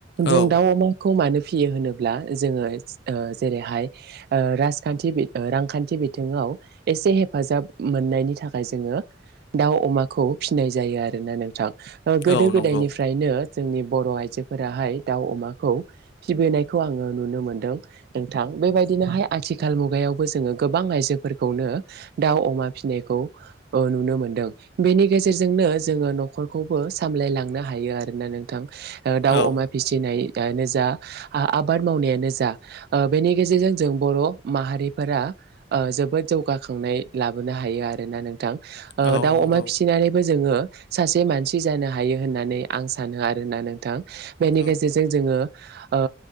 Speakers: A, on the right; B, on the left.
A: जों
B: औ
A: दाउ अमाखौ मानो फियो होनोब्ला जोङो ओ जेरैहाय ओ राजखान्थि ओ रांखान्थि बिथिङाव एसे हेफाजाब मोननायनि थाखाय जोङो दाउ अमाखौ फिसिनाय जायो आरोना नोंथां ओ गोदो
B: औ नंगौ
A: गोदायनिफ्रायनो जोंनि बर' आइजोफोराहाय दाउ अमाखौ फिबोनायखौ आङो नुनो मोनदों नोंथां बेबायदिनोहाय आथिखाल मुगायावबो जोङो गोबां आइजोफोरखौनो दाउ अमा फिनायखौ नुनो मोनदों बेनि गेजेरजोंनो जोङो नखरखौबो सामलायलां हायो आरोना नोंथां ओ दाउ
B: औ
A: अमा फिसिनाय दानो जा आ-आबाद मावनायानो जा बेनि गेजेरजों जों बर' माहारिफोरा ओ जोबोद जौगाखांनाय लाबोनो हायो आरो <unintelligible> नों थां
B: औ
A: दाउ
B: नंगौ
A: अमा फिसिनानै बो जोङो सासे मानसि जानो हायो होननानै आं सानो आरोना नोंथां बेनि
B: औ
A: गेजेरजों जोङो ओ